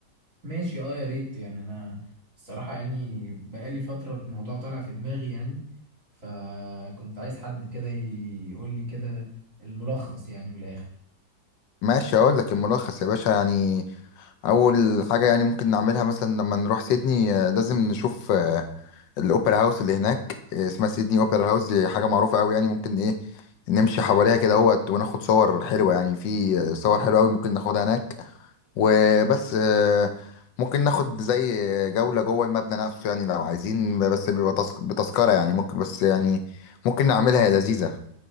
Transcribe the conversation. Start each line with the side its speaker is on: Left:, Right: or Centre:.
Right: ماشي اه يا ريت يعني انا الصراحة يعني بقالي فترة الموضوع طالع في دماغي يعني فكنت عايز حد كده يقول لي كده الملخص يعني من الاخر
Left: ماشي اقول لك الملخص يا باشا يعني اول حاجه يعني ممكن نعملها مثلا لما نروح سيدني آه، لازم نشوف آه، الاوبرا هاوس اللي هناك آه، اسمها سيدني اوبرا هاوس دي حاجه معروفه قوي يعني ممكن ايه نمشي حواليها كده اهوت وناخد صور حلوه يعني في آه، صور حلوه قوي ممكن ناخدها هناك وبس آه، ممكن ناخد زي جولة جوه المبنى نفسه يعني لو عايزين بس بيبقى تسك- بتذكرة يعني ممكن بس يعني ممكن نعملها يا لذيذة